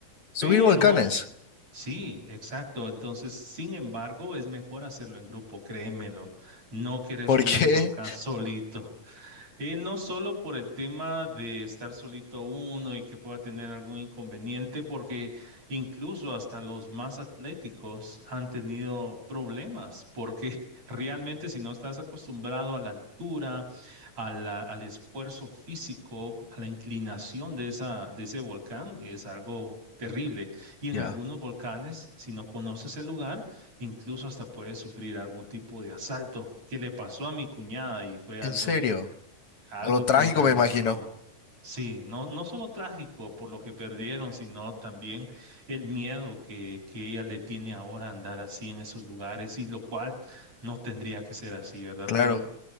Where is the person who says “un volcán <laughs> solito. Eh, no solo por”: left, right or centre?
Right